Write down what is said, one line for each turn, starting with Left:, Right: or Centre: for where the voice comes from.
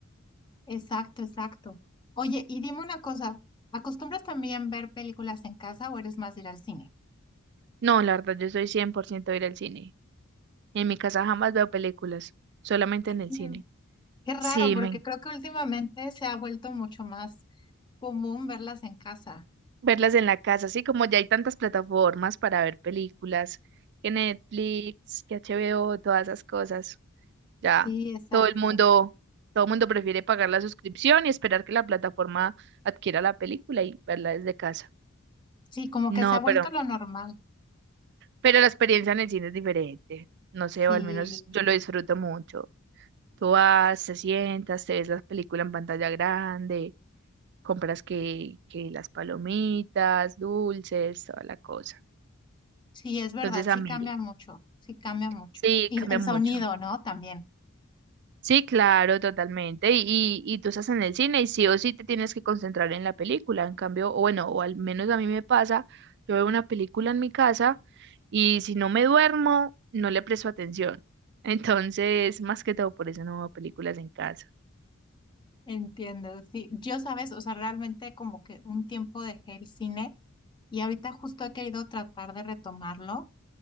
Left: Exacto, exacto. Oye, y dime una cosa, ¿acostumbras también ver películas en casa o eres más de ir al cine?
Right: No, la verdad, yo soy 100% de ir al cine. En mi casa jamás veo películas, solamente en el
Left: Mira.
Right: cine.
Left: Qué raro,
Right: Sí,
Left: porque
Right: me
Left: creo que últimamente se ha vuelto mucho más común verlas en casa.
Right: verlas en la casa, así como ya hay tantas plataformas para ver películas, que Netflix, que HBO, todas esas cosas. Ya
Left: Sí, exacto.
Right: todo el mundo, todo el mundo prefiere pagar la suscripción y esperar que la plataforma adquiera la película y verla desde casa.
Left: Sí, como
Right: No,
Left: que se ha vuelto
Right: pero,
Left: lo normal.
Right: pero la experiencia en el cine es diferente. No
Left: Sí,
Right: sé, o al menos yo lo disfruto mucho. Tú vas, te sientas, te ves la película en pantalla grande, compras que, que las palomitas, dulces, toda la cosa.
Left: sí, es verdad,
Right: Entonces a
Left: sí
Right: mí,
Left: cambia mucho, sí cambia mucho.
Right: Sí,
Left: Y
Right: cambia
Left: el
Right: mucho.
Left: sonido, ¿no? También.
Right: Sí, claro, totalmente. Y, y, y tú estás en el cine y sí o sí te tienes que concentrar en la película. En cambio, o bueno, o al menos a mí me pasa, yo veo una película en mi casa y si no me duermo, no le presto atención. <laughs> Entonces, más que todo, por eso no veo películas en casa.
Left: Entiendo, sí. Yo, sabes, o sea, realmente como que un tiempo dejé el cine y ahorita justo he querido tratar de retomarlo,